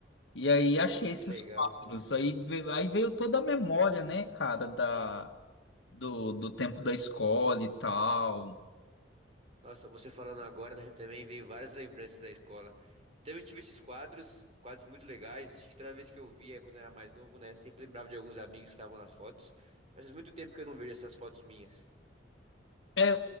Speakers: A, on the left; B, on the right.
A: e aí achei esses
B: Que legal.
A: quadros. Aí veio, aí veio toda a memória, né, cara, da, do, do tempo da escola e tal.
B: Nossa, você falando agora né, também veio várias lembranças da escola. Também tive esses quadros, quadros muito legais. Acho que Toda vez que eu via quando era mais novo, né? Sempre lembrava de alguns amigos que estavam nas fotos. Mas faz muito tempo que eu não vejo essas fotos minhas.
A: É,